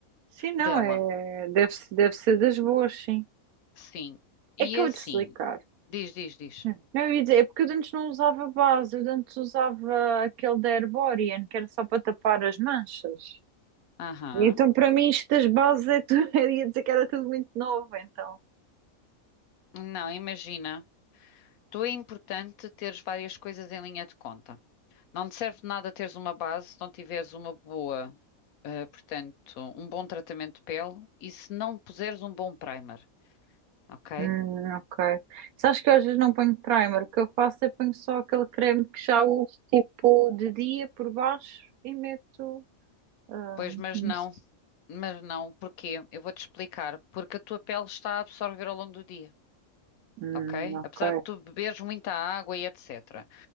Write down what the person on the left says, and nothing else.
dela.
Sim.
E
é
assim,
diz, diz, diz.
Aham.
Não, imagina. Tu é importante teres várias coisas em linha de conta. Não te serve de nada teres uma base se não tiveres uma boa, eh, portanto, um bom tratamento de pele e se não puseres um bom primer, ok?
Pois, mas
não,
mas não, porquê? Eu vou-te explicar. Porque a tua pele está a absorver ao longo do dia,
ok?
Apesar de tu beberes muita água e etc.